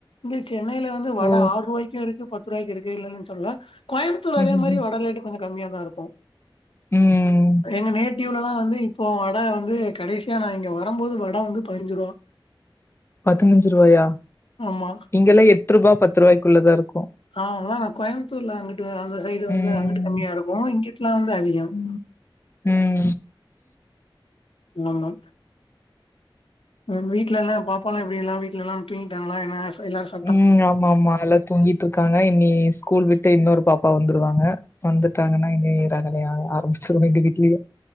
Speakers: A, on the left; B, on the left.
A: இங்கே சென்னைல வந்து வட
B: ஓ
A: ஆரூவாய்க்கு இருக்கு பத்து ரூவாய்க்கு இருக்கு இல்லன் நா சொல்ல கோயம்புத்தூர்ல
B: ம்ஹ்ஹும்
A: அதே மாதிரி வட ரேட்டு கொஞ்சம் கம்மியாக தான் இருக்கும்
B: ம்
A: எங்க நேட்டிவ்லல்லாம் வந்து இப்போ வட வந்து கடைசியா நா இங்க வரும்போது வட வந்து பதினஞ்சு ரூபா
B: பதினஞ்சு ருவாயா
A: ஆமா
B: இங்கலா எட் ருபா பத்து ருவாய்க்குள்ளதா இருக்கு
A: ஆ அதான் நா கோயம்புத்தூர்ல அங்கட்டு அந்த சைடு வந்து
B: ம்
A: அங்கட்டு கம்மியா இருக்கும் இங்குட்டுலாம் வந்து அதிகம்
B: உம்
A: ஆமா நம் வீட்ல என்ன பாப்பாலா எப்டியெல்லா வீட்ல எல்லா தூங்கிட்டாங்களா என்னா எல்லார்சு
B: உம் ஆமா ஆமா நல்லா தூங்கிட்ருக்காங்க இன்னி ஸ்கூல் விட்டு இன்னொரு பாப்பா வந்துருவாங்க வந்துட்டாங்கனா இங்கேயே ரகலைய ஆரம்பிச்சிருவா எங்க வீட்லயே